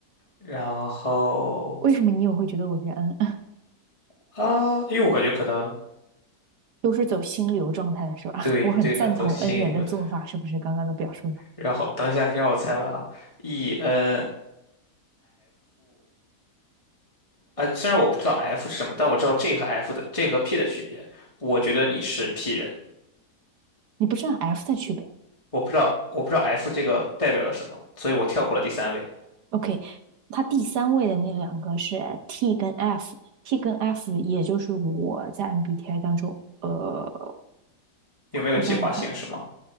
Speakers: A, on the left (about 20°); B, on the right (about 90°).
A: 然后
B: 为什么你也会觉得我是 N？
A: 啊，因为我感觉可能
B: <laughs> 都是走心流状态的是吧？
A: 对对的，
B: <laughs> 我很赞同
A: 走心流的。
B: N 人的做法，是不是刚刚的表述中？
A: 然后等一下，你先让我猜完啊，ENF，啊，虽然我不知道 F 是什么，但我知道 J 和 F 的 J 和 P 的区别，我觉得你是 P 人。
B: 你不是按 F 的区别
A: 我不知道，我不知道 F 这个代表了什么，所以我跳过了第三位。
B: ？OK，它第三位的那两个是 T 跟 F，T 跟 F 也就是我在 MBTI 当中，呃，
A: 有没有计划性是吗？
B: 我想想看，